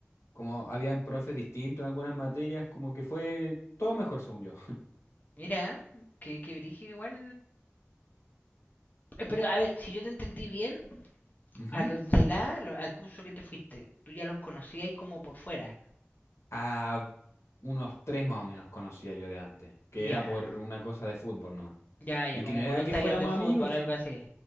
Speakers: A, on the left; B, on the left.
A: como habían profes distintos en algunas materias, como que fue todo mejor, según yo.
B: Mira, que, que brígido igual. Eh, Pero a ver, si yo te entendí bien,
A: <laughs> Ujú.
B: a los de la, lo- al curso que te fuiste, tú ya los conocías ahí como por fuera.
A: A unos tres más o menos conocía yo de antes, que
B: Ya,
A: era por una cosa de fútbol nomás.
B: ya, ya,
A: Y
B: como
A: que no era
B: por un
A: que
B: taller
A: fuéramos
B: de fútbol,
A: amigos, sí.
B: algo así.